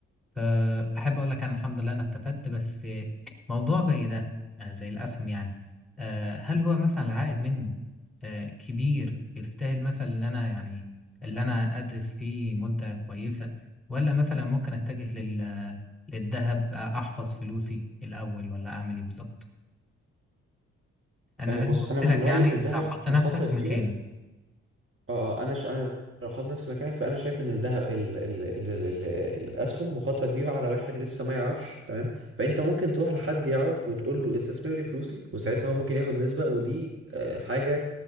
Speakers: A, in the centre; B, on the right.
A: فأحب أقول لك أنا الحمد لله أنا استفدت بس موضوع زي ده آه، زي الأسهم يعني آه، هل هو مثلا العائد منه آه، كبير يستاهل مثلا إن أنا يعني اللي أنا أدرس فيه مدة كويسة ولا مثلا ممكن أتجه لل للذهب آه، أحفظ فلوسي الأول ولا أعمل إيه بالظبط؟ أنا
B: آه
A: زي
B: بص
A: ما قلت
B: انا من
A: لك
B: رأيي
A: يعني
B: ان الذهب
A: أنت هحط نفسك
B: مخاطرة كبيرة
A: مكاني
B: آه آه، انا ش... انا لو حاطط نفسي مكانك فانا شايف ان الذهب ال... ال... ال... ال... الاسهم مخاطرة كبيرة على واحد لسه ما يعرفش تمام فانت ممكن تروح لحد يعرف وتقول له استثمر لي فلوسي وساعتها هو ممكن ياخد نسبة ودي آه حاجة